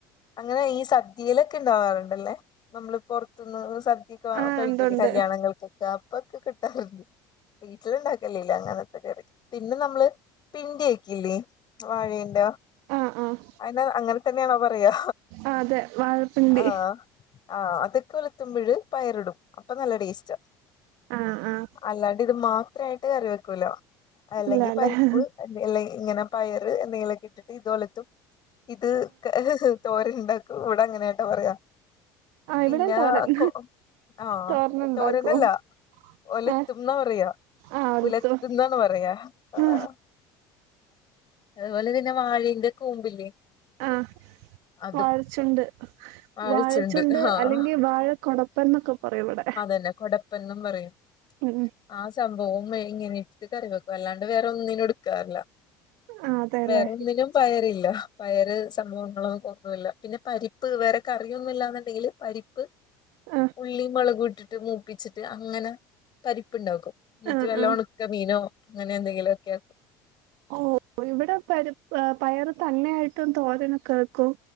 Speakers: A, on the left; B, on the right.
A: അങ്ങനെ ഈ സദ്യയിലൊക്കെ ഇണ്ടാവാറുണ്ടല്ലേ നമ്മളീ പൊർത്ത്ന്ന് സദ്യ ദ്യക്ക
B: ആഹ്
A: കഴിക്കൂലേ
B: ഉണ്ട് ഉണ്ട്
A: കല്യാണങ്ങൾക്ക് ആപ്പൊക്കെ കിട്ടാറുണ്ട് വീട്ടിലുണ്ടാക്കലില്ല അങ്ങനത്തെ കറി പിന്നെ നമ്മള് പിണ്ടി ആക്കില്ലേ വാഴേന്റ
B: ആഹ് ആഹ്
A: അയിന അങ്ങനതന്നെയാണോ പറയാ
B: ആഹ് അതെ വാഴപ്പിണ്ടി
A: ആഹ് ആഹ് അതൊക്കെ ഒലത്തുമ്പഴ് പയറിടും അപ്പൊ നല്ല ടേസ്റ്റാ
B: ആഹ് ആഹ്
A: അല്ലാണ്ട് ഇത് മാത്രായിട്ട് കറി വെക്കൂല അല്ലെങ്കി
B: ഇല്ലാല്ലേ
A: പരിപ്പ്
B: ആഹ്
A: അല്ലങ്കി ഇങ്ങനെ പയറ് എന്തെങ്കിലൊക്കെ ഇട്ടിട്ട് ഇതൊലത്തും ഇത് തോരനുണ്ടാക്കും ഇവിടങ്ങനയാട്ടൊ പറയാ
B: ആഹ്
A: പിന്നെ
B: ഇവിടെയും തോരൻ
A: കൊ ഒ ആഹ്
B: തോരനുണ്ടാക്കും
A: തോരനല്ലാ ഒലത്തുംന്നാ
B: ഏ
A: പറയാ
B: ആ എടുത്തു
A: ഉലത്തുംന്നാണ പറയാ ആഹ്
B: ആ
A: അതുപോലതന്ന വാഴേന്റെ കൂമ്പില്ലേ
B: ആഹ്
A: അതും
B: വാഴച്ചെണ്ട്
A: വാഴച്ചുണ്ട്
B: വാഴച്ചെണ്ട്
A: ആഹ്
B: അല്ലെങ്കി വാഴക്കൊടപ്പെൻന്നൊക്ക പറയും ഇവിട
A: എന്ന കൊടപ്പ് പ്പെന്നും പറയും
B: ഉം ഉം
A: ആ സംഭവോം ഇങ്ങനെ എടുത്തു കറി വെക്കും അല്ലാണ്ട് വേറെ ഒന്നിനും എടുക്കാറില്ല
B: ആ അതെല്ലേ
A: വേറൊന്നിനും പയറില്ല പയറ് സംഭവങ്ങളും ഒന്നുല്ല പിന്നെ പരിപ്പ് വേറെ കറിയൊന്നു ഇല്ലാന്നുണ്ടെങ്കില് പരിപ്പ്
B: ആ
A: ഉള്ളി മൊളക് ഇട്ടി ട്ട് മൂപ്പിച്ചിട്ട് അങ്ങനെ പരിപ്പിണ്ടാക്കും എന്നിട്ട്
B: ആ
A: വല്ലാ
B: ആ
A: ക്ക മീനോ അങ്ങനെ എന്തെങ്കിലൊക്കെ ആക്കും
B: ഓ ഇവിടെ പരിപ്പ് പയറ് തന്നെ ആയിട്ടും തോരനൊക്കെ വെക്കും